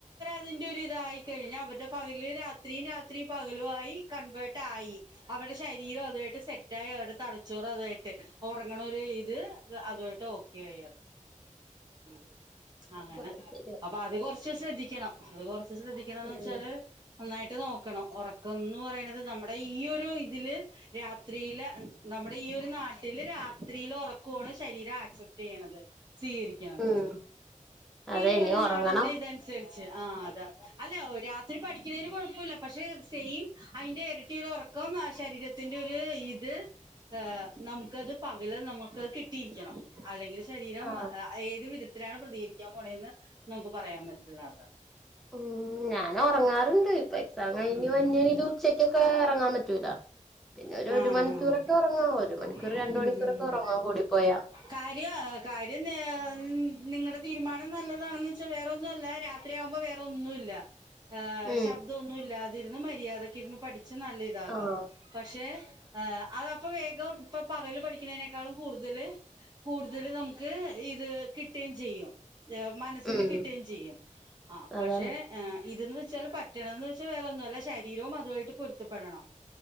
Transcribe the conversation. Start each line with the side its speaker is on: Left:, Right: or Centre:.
Right: അതിന്റെ ഒരുതായി കഴിഞ്ഞ അവരുടെ പകല് രാത്രി രാത്രി പകലും ആയി കൺവേർട്ട ആയി. അവരുടെ ശരീരം അതുയിട്ട് സെറ്റായി അവരുടെ തലച്ചോറ് അതുയിട്ട് ഒറങ്ങ്ണ ഒരു ഇത് അതുയിട്ട് ഓ <unintelligible> ഉം അങ്ങനെ
Centre: അത് ശരിയാ
Right: അപ്പൊ അത് കൊർച്ച് ശ്രദ്ധിക്കണം അത് കൊർച്ച് ശ്രദ്ധി എന്നെന്ന്
Centre: ഉം
Right: വെച്ചാല് നന്നായിട്ട് നോക്കണം. ഒറക്കംന്ന് പറിണത് നമ്മുടെ ഈ ഒരു ഇതില് രാത്രിയില് നമ്മുടെ ഈ ഒരു നാട്ടില് രാത്രിയില ഒറക്ക്, ഊണ് ശരീരം അസെപ്റ്റ് ചെയ്യ്ണത്. സ്വീകരിക്കണത്
Centre: ഉം അതെ
Right: ഈ
Centre: ഇനി
Right: ഒരു
Centre: ഒറങ്ങണം
Right: നാടിന്റെ ഇതനുസരിച്ച് ആഹ് അതാ അല്ല രാത്രി പഠിക്ക്ണേന് കൊഴപ്പല്ല പക്ഷെ സെയിം അയിന്റെ എരട്ടി ഒരു ഒറക്കം ആ ശരീരത്തിന്റെ ഒരു ഇത്. ഹേ നമുക്കത് പകൽ നമുക്ക് കിട്ടിയിരിക്കണം. അല്ലെങ്കിൽ ശരീരം
Centre: ആ
Right: അ ഏത് വിധത്തിലാണ് പ്രതികരിക്കാൻ പോണെന്ന് നമുക്ക് പറയാൻ പറ്റില്ല താ.
Centre: ഉം ഞാനൊറങ്ങാറുണ്ട് ഇപ്പൊ എക്സാം കഴിഞ്ഞ്
Right: ഉം
Centre: വന്നതേ ഉച്ചക്കൊക്കെ ഒറങ്ങാൻ പറ്റൂല പിന്നെ ഒരു
Right: ആ
Centre: ഒരു മണിക്കൂറൊക്കെ
Right: ആ
Centre: ഒറങ്ങാം ഒരു മണിക്കൂർ
Right: ഉം
Centre: രണ്ട് മണിക്കൂറൊക്കെ ഒറങ്ങാം കൂടിപ്പോയാ
Right: കാര്യം കാര്യം നിങ്ങടെ തീരുമാനം നല്ലതാണെന്ന് വെച്ചാൽ വേറൊന്നും അല്ല രാത് രാത്രിയാവുമ്പോ വേറെ ഒന്നുയില്ല ആഹ്
Centre: ഉം
Right: ശബ്ദവൊന്നും ഇല്ലാതിരുന്ന് മര്യാദക്കിരുന്ന് പഠിച്ച നല്ല ഇതാകാം
Centre: ആഹ്
Right: പക്ഷെ അതാപ്പൊ വേഗം ഇപ്പൊ പകല് പഠിക്കുന്നനേക്കാളും കൂടുതല്- കൂടുതല് നമുക്ക് ഇത് കിട്ടിയേം ചെയ്യും മനസ്സില്
Centre: ഉം
Right: കിട്ടിയേം ചെയ്യും ആഹ് പക്ഷെ-
Centre: അതാണ്
Right: ആഹ് ഇതന്ന് വെച്ചാല് പറ്റണന്ന് വെച്ചാൽ വേറെ ഒന്നുല്ല ശരീരവും അതുമായിട്ട് പൊരുത്തപ്പെടണം